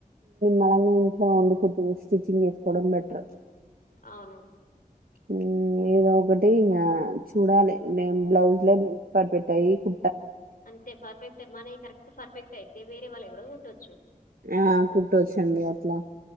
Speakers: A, on the right; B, on the left.
A: మనం ఇంట్లో వుండి కుట్టు స్టిచ్చింగ్ చేసుకోవడం బెటర్
B: అవును
A: మ్మ్ ఏ ఏదో ఒకటి ఇంగా చూడాలి నిను బ్లౌజ్ లో పరిపెక్టే అయ్యి కు
B: అంటే పర్ఫెక్ట్ మనవి కరెక్ట్ పర్ఫెక్ట్ అయితే వేరే వాళ్ళవి కూడా కుట్టాచ్చు
A: ఆ కుట్టొచ్చండి అట్లా